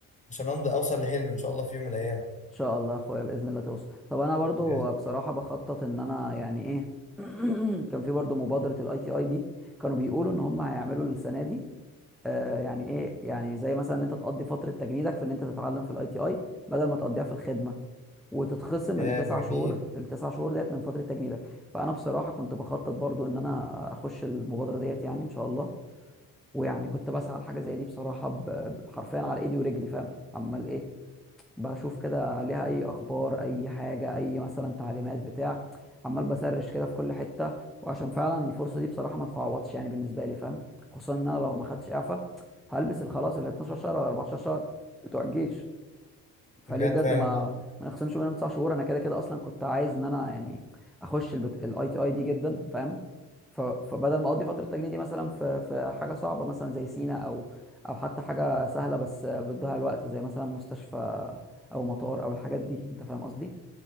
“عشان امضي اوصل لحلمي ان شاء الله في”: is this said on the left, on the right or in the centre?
Left